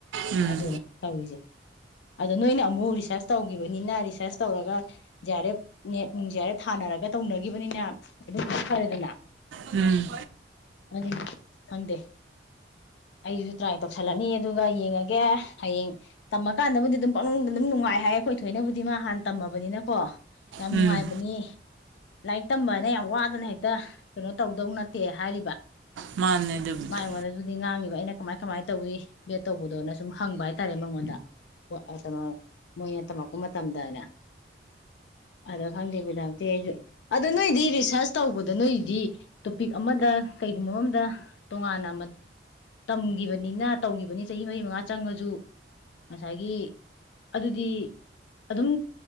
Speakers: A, on the right; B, on the left.
A: ꯎꯝ
B: ꯑꯗꯨꯅꯤ ꯇꯧꯔꯤꯁꯦ ꯑꯗꯣ ꯅꯣꯏꯅ ꯑꯃꯨꯛ ꯔꯤꯁꯔꯁ ꯇꯧꯒꯤꯕꯅꯤꯅ ꯔꯤꯁꯔꯁ ꯇꯧꯔꯒ ꯖꯦ ꯑꯥꯔ ꯑꯦꯐ ꯅꯦꯠ ꯅꯨꯡ ꯖ ꯑꯥꯔ ꯑꯦꯐ ꯊꯥꯅꯔꯒ ꯇꯧꯅꯈꯤꯕꯅꯤꯅ ꯑꯗꯨꯅ ꯃꯨꯛ ꯐꯔꯦꯗꯅ
A: ꯎꯝ
B: ꯑꯗꯨꯅꯤ ꯈꯪꯗꯦ ꯑꯩꯁꯨ ꯇ꯭ꯔꯥꯏ ꯇꯧꯁꯜꯂꯅꯤ ꯑꯗꯨꯒ ꯌꯦꯡꯉꯒꯦ ꯍꯌꯦꯡ ꯇꯝꯃꯀꯥꯟꯗꯕꯨꯗꯤ ꯑꯗꯨꯝ ꯄꯪꯅꯨꯡꯗ ꯑꯗꯨꯝ ꯅꯨꯡꯉꯥꯏ ꯍꯥꯏ ꯑꯈꯣꯏ ꯊꯣꯏꯅꯕꯨꯗꯤ ꯃꯥ ꯍꯥꯟꯅ ꯇꯝꯃꯕꯅꯤꯅꯀꯣ ꯌꯥꯝ
A: ꯎꯝ
B: ꯅꯨꯡꯉꯥꯏꯕꯅꯤ ꯂꯥꯏꯛ ꯇꯝꯕ ꯑꯥꯏꯅ ꯌꯥꯝ ꯋꯥꯗꯅ ꯍꯦꯛꯇ ꯀꯩꯅꯣ ꯇꯧꯗꯧ ꯅꯠꯇꯦ ꯍꯥꯏꯔꯤꯕ
A: ꯃꯥꯅꯦ ꯑꯗꯨꯕꯨꯗꯤ
B: ꯃꯥꯥ ꯑꯩꯉꫭꯟꯗꯕꯨꯗꯤ ꯉꯥꯡꯉꯤ ꯑꯩꯅ ꯀꯃꯥꯏ ꯀꯃꯥꯏ ꯇꯧꯋꯤ ꯕꯦꯠ ꯇꯧꯕꯗꯣꯅ ꯁꯨꯝ ꯍꯪꯕ ꯍꯥꯏꯇꯥꯔꯦ ꯃꯉꯣꯟꯗ ꯑꯥ ꯀꯅꯣ ꯃꯣꯏꯅ ꯇꯝꯃꯛꯄ ꯃꯇꯝꯗꯅ ꯑꯗ ꯈꯪꯗꯦ ꯕꯤꯗꯥꯞꯇꯤ ꯑꯩꯖꯨ ꯑꯗꯣ ꯅꯣꯏꯗꯤ ꯔꯤꯁꯔꯁ ꯇꯧꯕꯗ ꯅꯣꯏꯗꯤ ꯇꯣꯄꯤꯛ ꯑꯃꯗ ꯀꯩꯒꯨꯝꯕ ꯑꯝꯗ ꯇꯣꯉꯥꯟꯅ ꯃꯠ ꯇꯝꯒꯤꯕꯅꯤꯅ ꯇꯧꯒꯤꯕꯅꯤ ꯆꯍꯤ ꯃꯔꯤ ꯃꯉꯥ ꯆꯪꯉꯖꯨ ꯉꯁꯥꯏꯒꯤ ꯑꯗꯨꯗꯤ ꯑꯗꯨꯝ